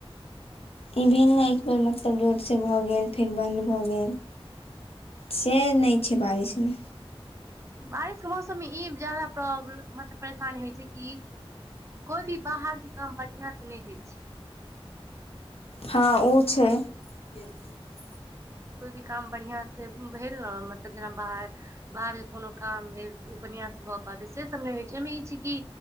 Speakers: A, on the left (about 75°); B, on the right (about 30°).
A: ई भेल ने एक बेर मतलब जोदसँ भऽ गेल, फेर बन्द भऽ गेल। से नहि छै बारिशमे।
B: बारिश के मौसम मे ई जादा प्रॉब्लम मतलब परेशानी होइ छै कि कोइ भी बाहरके काम बढ़िआं से नहि होइ छै।
A: हाँ ओ छै। के छै <unintelligible>
B: कोइ भी काम बढ़िआं से भेल ने, मतलब जेना बाहर बाहर कोनो काम भेल तऽ, ओ बढ़िआं से भए पाबै से सब नहि होइ छै, एहिमे ई छै कि